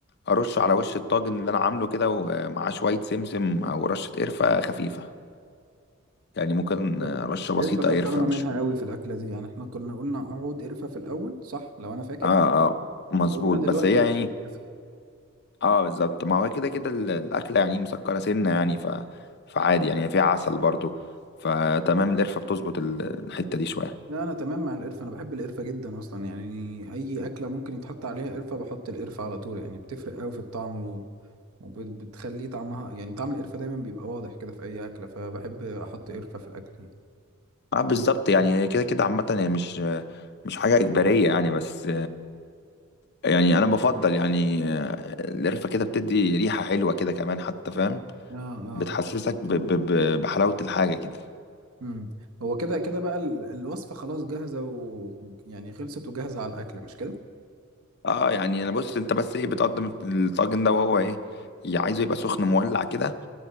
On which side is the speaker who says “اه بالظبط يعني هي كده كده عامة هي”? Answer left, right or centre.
Left